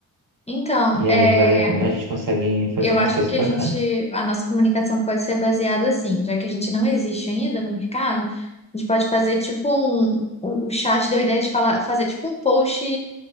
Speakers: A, on the left (about 15°); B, on the right (about 50°).
A: Então,
B: E
A: é.
B: aí vai, a gente consegue fazer
A: Eu
B: umas
A: acho
B: coisas
A: que
B: bacanas.
A: a gente, a nossa comunicação pode ser baseada assim, já que a gente não existe ainda no mercado, a gente pode fazer tipo um, o, o chat deu a ideia de falar, fazer tipo um post,